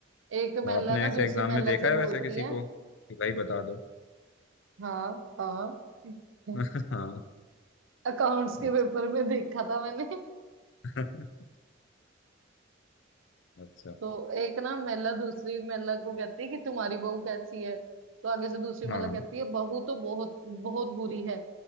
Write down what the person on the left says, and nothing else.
आपने
ऐसे
एग्जाम
में देखा
है वैसे
किसी
को कि भाई बता दो
<laughs> हाँ
अच्छा
<laughs> अच्छा
हाँ